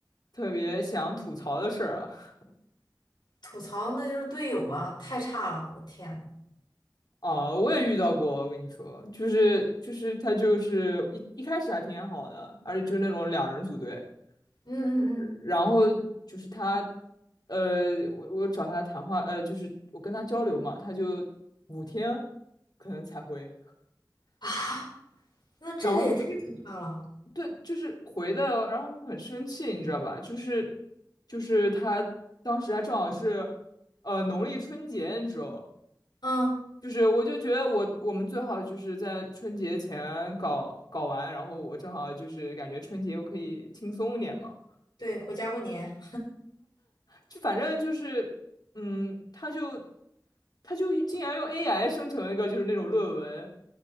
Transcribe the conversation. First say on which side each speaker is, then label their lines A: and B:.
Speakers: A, on the left; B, on the left.
A: 特别想吐槽的事儿啊？
B: 吐槽那就是队友啊，太差了，我天呐
A: 哦，我也遇到过，我跟你说，就是就是他就是一一开始还挺好的，而且就是那种两人组队，
B: 嗯嗯嗯
A: 呃然后就是他，呃，我我找他谈话，呃，就是我跟他交流嘛，他就五天可能才回，
B: 啊，那这个也太可怕了，
A: 然后对，就是回的，然后我很生气，你知道吧？就是就是他当时还正好是，呃，农历春节，你知道。
B: 嗯。
A: 就是我就觉得我我们最好就是在春节前搞搞完，然后我正好就是感觉春节我可以轻松一点嘛，
B: 对，回家过年。
A: 就反正就是，嗯，他就他就竟然用 AI 生成一个就是那种论文，